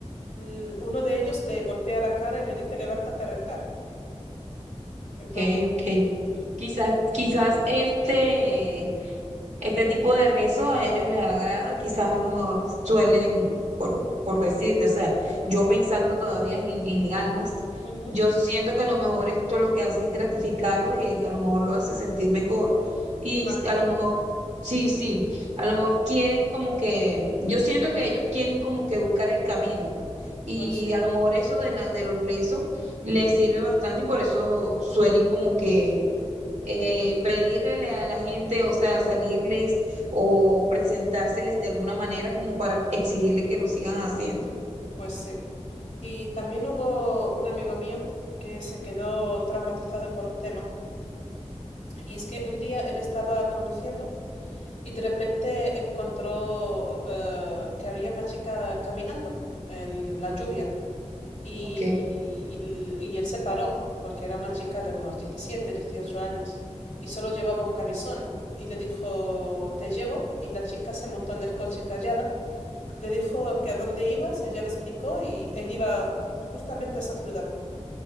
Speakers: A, on the left (about 85°); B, on the right (about 80°).
A: l- uno de ellos le golpea la cara y le dice, levántate a rezar. Entonces,
B: ok, ok. Quizás, quizás este, Este tipo de rizo a ellos les agrada, quizás a lo mejor suelen, por, por decirte, o sea, yo pensando todavía en, en almas,
A: Ujú.
B: yo siento que a lo mejor esto lo que hace es gratificarlos y a lo mejor lo hace sentir mejor y
A: imagino,
B: a lo mejor, sí, sí, a lo mejor quieren como que, yo siento que ellos quieren como que buscar el camino y
A: pues sí,
B: a lo mejor eso de la, de los rezos les sirve bastante y por eso suelen como que eh, pedirle a la gente, o sea, salirles o presentárseles de alguna manera como para exigirle que lo sigan haciendo.
A: pues sí. Y también hubo un amigo mío que se quedó traumatizado por un tema. Y es que un día él estaba conduciendo. Y de repente encontró eh, que había una chica caminando en la lluvia y,
B: Ok,
A: y- y- y él se paró porque era una chica de unos 17, 18 años y solo llevaba un camisón y le dijo, te llevo y la chica se montó en el coche callada, le dijo que a dónde ibas, ella le explicó y él iba justamente a esa ciudad.